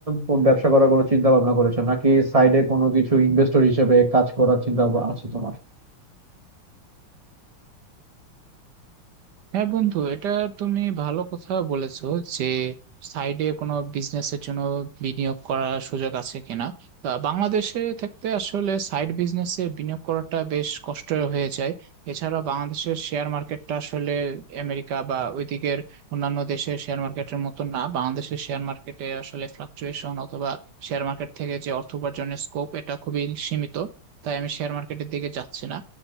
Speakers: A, on the right (about 25°); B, on the right (about 70°).
A: কোন ব্যবসা করার কোনো চিন্তা ভাবনা করেছো নাকি সাইডে কোনো কিছু ইনভেস্টর হিসেবে কাজ করার চিন্তা ভাবনা আছে তোমার
B: হ্যাঁ বন্ধু এটা তুমি ভালো কথা বলেছো যে সাইডে কোনো বিজনেসের জন্য বিনিয়োগ করার সুযোগ আছে কিনা তা বাংলাদেশে থাকতে আসলে সাইড বিজনেসে বিনিয়োগ করাটা বেশ কষ্ট হয়ে যায় এছাড়া বাংলাদেশের শেয়ার মার্কেটটা আসলে আমেরিকা বা ওইদিকের অন্যান্য দেশের শেয়ার মার্কেটের মতো না বাংলাদেশের শেয়ার মার্কেটে আসলে ফ্লাকচুয়েশন অথবা শেয়ার মার্কেট থেকে যে অর্থ উপার্জনের স্কোপ এটা খুবই সীমিত তাই আমি শেয়ার মার্কেটের দিকে যাচ্ছি না